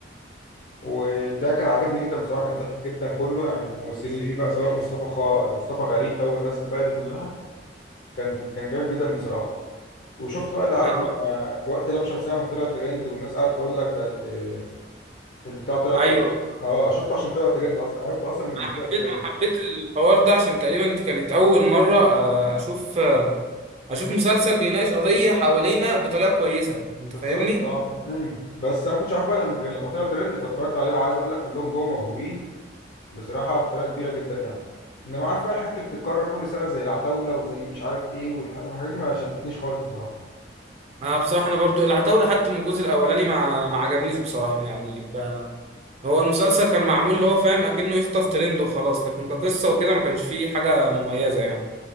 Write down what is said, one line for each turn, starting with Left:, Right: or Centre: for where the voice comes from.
Left: وده كان عاجبني جدا بصراحة كان ضحك جدا كله يعني الممثلين اللي فيه بقى سواء مصطفى خ... مصطفى غريب ده والناس الباقية دي كلها كان كان جامد جدا بصراحة وشفت بقى اللي عارف
Right: أنا
Left: لما وقت لام شمسية لما طلع ترند والناس قعدت تقول لك ده ال- البتاع طلع
Right: أيوه
Left: ترند. اه شفته عشان طلع ترند اصلا عرفته اصلا من
Right: أنا
Left: طلع
Right: حبيت
Left: ترند
Right: أنا حبيت الحوار ده عشان تقريبا دي كانت أول مرة آه أشوف آه أشوف مسلسل بيناقش قضية حوالينا بطريقة كويسة أنت
Left: بالظبط
Right: فاهمني؟
Left: اه امم بس انا ما كنتش عارف بقى لما غير لما طلع ترند فاتفرجت عليه وعايز اقول لك كلهم جوه موهوبين بصراحة بطريقة كبيرة جدا يعني انما عارف بقى الحاجات اللي بتتكرر كل سنة زي العتاولة وزي مش عارف ايه والح- والحاجات دي ما شدتنيش خالص بصراحة
Right: أنا بصراحة أنا برضو العتاولة حتى من الجزء الأولاني ما ما عجبنيش بصراحة يعني هو المسلسل كان معمول اللي هو فاهم اكنه يخطف ترند وخلاص لكن كقصه وكده ما كانش فيه حاجه مميزه يعني